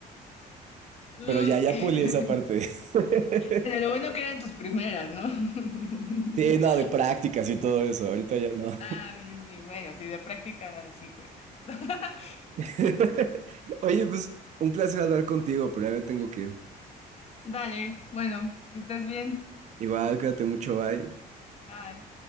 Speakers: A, on the left; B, on the right.
A: Uy,
B: Pero ya, ya
A: <laughs>
B: pulí esa parte. <laughs>
A: Pero lo bueno que eran tus primeras, ¿no? <laughs>
B: Sí, no, de prácticas y todo eso. Ahorita ya no.
A: Ah, bien, bien, bueno, sí, de práctica sí cuenta. <laughs>
B: <laughs> Oye, pues un placer hablar contigo, pero ya me tengo que ir.
A: Dale, bueno, que estés bien.
B: Igual, cuídate mucho, bye.
A: bye.